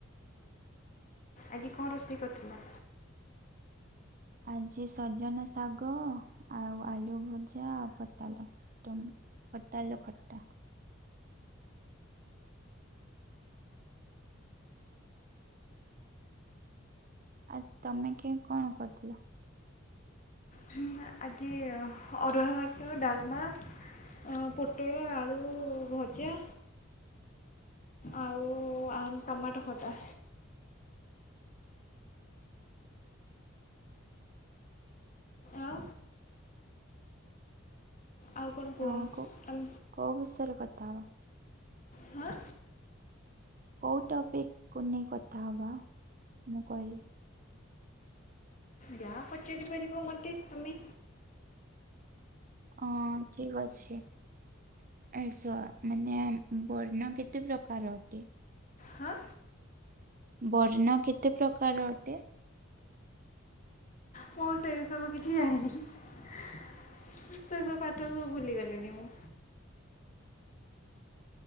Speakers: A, on the left (about 40°); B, on the right (about 40°).
A: ଆଜି କଣ ରୋଷେଇ କରିଥିଲ?
B: ଆଜି ସଜନା ଶାଗ ଆଉ ଆଳୁ ଭଜା ଆଉ ପୋତାଲ ଟ ପତାଲ ଖଟା। ଆଉ ତମେ କି କଣ କରିଥିଲ?
A: ହୁଁ, ଆଜି ଅରୁଆ ଭାତ ଡାଲମା ଅହଂ ପୋଟଳ ଆଳୁ ଭଜା। ଆଉ ଆ ଟମାଟୋ ଖଟା। ଆଉ ଆଉ କଣ କୁହ
B: ହଁ କୋଉ
A: ତମ
B: କୋଉ ବିଷରେ କଥା ହବା?
A: ହଁ।
B: କଉ ଟପିକକୁ ନେଇ କଥା ହେବା ମୁଁ କହିଲି।
A: ଯାହା ପଚାରି ପାରିବ ମୋତେ ତମେ?
B: ହଁ ଠିକ ଅଛି। ଏ ଶଳା ମାନେ ବର୍ଣ୍ଣ କେତେ ପ୍ରକାର ଅଟେ?
A: ହଁ
B: ବର୍ଣ୍ଣ କେତେ ପ୍ରକାର ଅଟେ?
A: ମୋ ସେ ସବୁ କିଛି ଜାଣିନି। ସେ ସବୁ ପାଠ ସବୁ ଭୁଲି ଗଲିଣିି ମୁଁ।